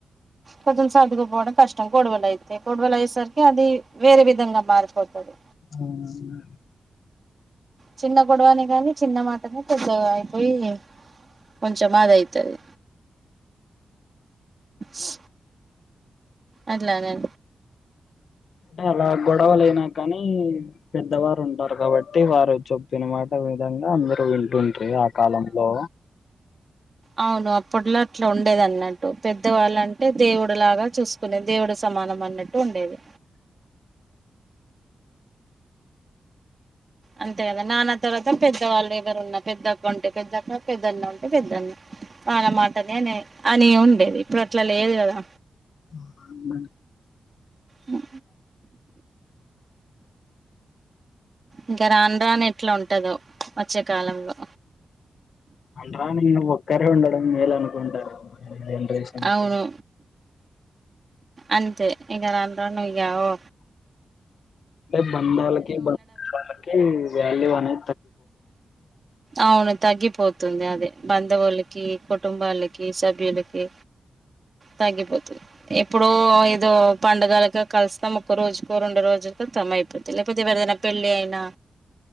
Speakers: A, on the right; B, on the left.
A: కొంచెం సర్దుకుపోవడం కష్టం కొడవలయితే కొడవలు అయ్యేసరికి అది వేరే విధంగా మారిపోతది
B: అవునన్నా
A: చిన్న గొడవనే కానీ చిన్న మాటనే పెద్దయితే పోయి కొంచెం ఏదైతది స్ అట్లగ అంటూ
B: అంటే అలా గొడవలయినా కానీ పెద్దవారు ఉంటారు కాబట్టి వారు చెప్పిన మాట విధంగా అందరుూ వింటుంటారు ఆ కాలంలో
A: అవును అప్పట్లో అట్లా ఉ ండేదంటూ పెద్దవాళ్ళంటే దేవుడు లాగా చూసుకునేది దేవుడు సమానం అన్నట్టు టు ఉండేది అంతే కదా నాన్న తర్వాత పెద్దవాళ్ళు ఎవరు ఉన్న పెద్దక్క ఉంటే పెద్దక్క పెద్దన్న ఉంటే పెద్దన్న తనమాటనే అని ఉండేది ఇప్పుడు అట్లా లేదు కదా
B: ఆహా
A: హుము ఇంక రానురాను ఎట్లా ఉంటదొ వచ్చే కాలంలో
B: రానురాను ఒక్కరే ఉండడం మేలు అనుకుంటారు ఇప్పుడు జనరేషన్కి
A: అవును అంతే ఇంకా రానురాను ఇగ ఓ
B: అంటే బంధాలకి బంధుత్వలకి వాల్యూ అనే
A: అవును తగ్గిపోతుంది అదే బంధువులకి కుటుంబాలకి సభ్యులకి తగ్గిపోతుంది ఎప్పుడో ఏదో పండగలకో కలుస్తాం ఒక్క రోజుకో రెండు రోజులుకో త్తమ అయిపోతది లేకపోతే ఎవరిదైనా పెళ్ళిఅయి నా